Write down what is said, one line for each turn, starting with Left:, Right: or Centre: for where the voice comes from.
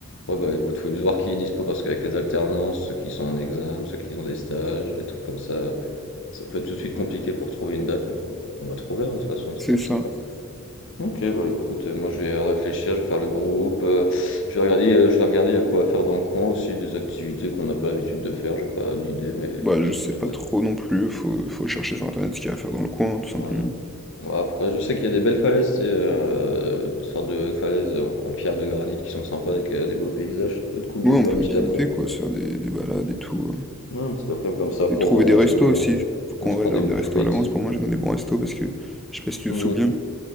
Left: Ouais, bah écoute, faut juste voir qui est dispo, parce qu'avec les alternances, ceux qui sont en examen, ceux qui ont des stages, des trucs comme ça. Ça peut être tout de suite compliqué pour trouver une date, mais on, on va trouver, hein, de toute façon, ça
Centre: C'est
Left: peut
Centre: ça.
Left: être sympa. Ok, bah écoute, euh, moi je vais euh, réfléchir, je vais faire le groupe, euh, je vais regarder, euh, je vais regarder il y a quoi à faire dans le coin aussi, des activités qu'on n'a pas l'habitude de faire, j'ai pas d'idée, mais
Centre: Bah,
Left: euh, si
Centre: je sais
Left: on peut trouver.
Centre: pas trop non plus, faut, faut chercher sur internet ce qu'il y a à faire dans le coin, tout
Left: Voilà.
Centre: simplement.
Left: Bon, après, je sais qu'il y a des belles falaises, c'est euh, des sortes de falaises euh, en pierre de granit qui sont sympas avec euh, des beaux paysages, ça peut être cool
Centre: Ouais,
Left: de faire
Centre: on peut
Left: une petite
Centre: visiter,
Left: après.
Centre: quoi, se faire des, des balades et tout. euh.
Left: Ouais, une petite après comme ça, après
Centre: Et trouver
Left: on va au
Centre: des
Left: restaurant,
Centre: restos aussi. Faut qu'on
Left: on se prend
Centre: réserve
Left: des moules
Centre: des restos
Left: frites.
Centre: à l'avance. Pour moi, j'ai dans des bons restos parce que, je sais pas si tu
Left: Mm.
Centre: te souviens,